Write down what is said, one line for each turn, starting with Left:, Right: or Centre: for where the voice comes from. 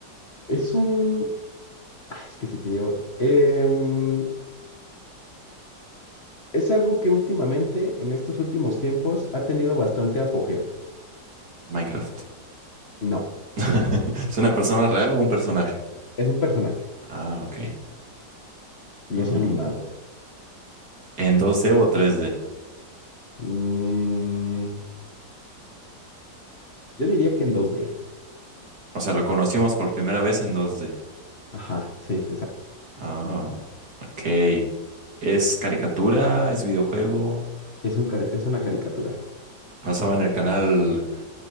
Left: Es un... Ah, es que si te digo... em, es algo que últimamente, en estos últimos tiempos, ha tenido bastante apogeo.
Right: Minecraft.
Left: No,
Right: <laughs> ¿Es una persona real o un personaje?
Left: es un personaje
Right: Ah, ok.
Left: y
Right: Hmm.
Left: es animado.
Right: en dos 2D o tres d
Left: Mm, yo diría que en dos d
Right: O sea, lo conocimos por primera vez en dos d
Left: Ajá, sí, exacto.
Right: Ah, ok. ¿Es caricatura? ¿Es videojuego?
Left: Es un, cari- es una caricatura.
Right: Pasaba en el canal